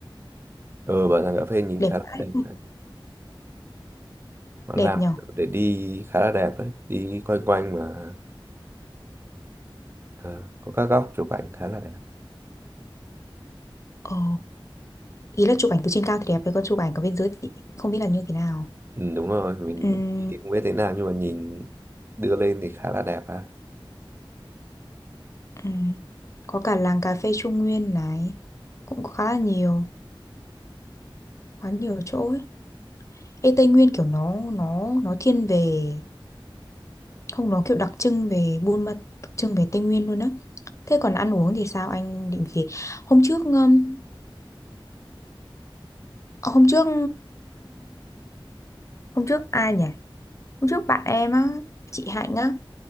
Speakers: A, on the right; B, on the left.
A: Ừ, bảo rằng cà phê nhìn
B: đẹp
A: khá là
B: vãi,
A: đẹp đấy. Họ
B: đẹp
A: làm
B: nhở.
A: kiểu để đi khá là đẹp đấy. Đi quanh quanh mà ờ, có các góc chụp ảnh khá là đẹp.
B: Ờ. ý là chụp ảnh từ trên cao thì đẹp với con chụp ảnh ở bên dưới thì không biết là như thế nào
A: Ừ, đúng rồi, mình
B: Ừm,
A: đi thì không biết thế nào nhưng mà nhìn đưa lên thì khá là đẹp ha.
B: ừm. có cả làng cà phê Trung Nguyên này cũng có khá là nhiều khá nhiều chỗ ấy. Ê, Tây Nguyên kiểu nó nó nó thiên về không nó kiểu đặc trưng về Buôn Ma đặc trưng về Tây Nguyên luôn á thế còn ăn uống thì sao anh định gì hôm trước um, hôm trước hôm trước ai nhỉ hôm trước bạn em á chị Hạnh á